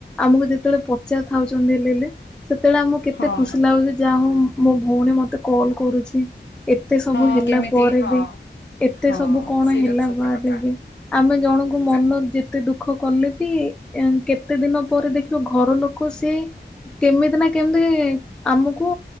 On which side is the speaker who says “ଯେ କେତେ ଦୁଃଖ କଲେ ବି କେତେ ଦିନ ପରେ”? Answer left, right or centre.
Centre